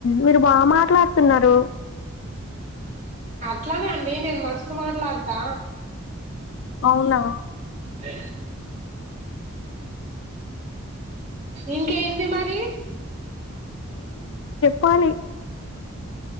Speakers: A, on the left; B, on the right.
A: మీరు బాగా మాట్లాడుతున్నారు
B: అట్లనే అండి నేను మస్తు మాట్లాడతా
A: అవునా
B: ే ఇంకేంది మరి
A: పొని